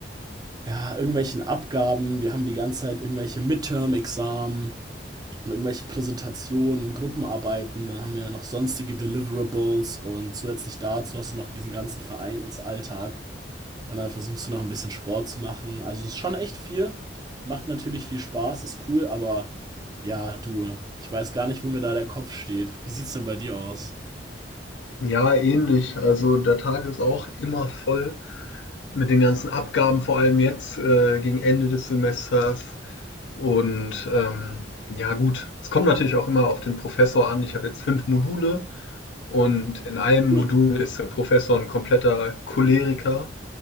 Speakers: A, on the right; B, on the left.
A: ja, irgendwelchen Abgaben. Wir haben die ganze Zeit irgendwelche Midterm-Examen und irgendwelche Präsentationen, Gruppenarbeiten. Dann haben wir noch sonstige Deliverables und zusätzlich dazu hast du noch diesen ganzen Vereinsalltag. Und dann versuchst du noch ein bisschen Sport zu machen. Also es ist schon echt viel. Macht natürlich viel Spaß, ist cool, aber ja, du, ich weiß gar nicht, wo mir da der Kopf steht. Wie sieht's denn bei dir aus?
B: Ja, ähnlich. Also der Tag ist auch immer voll mit den ganzen Abgaben, vor allem jetzt äh, gegen Ende des Semesters. Und ähm, ja, gut, es kommt natürlich auch immer auf den Professor an. Ich habe jetzt fünf Module. Und in einem
A: Cool.
B: Modul ist der Professor ein kompletter Choleriker.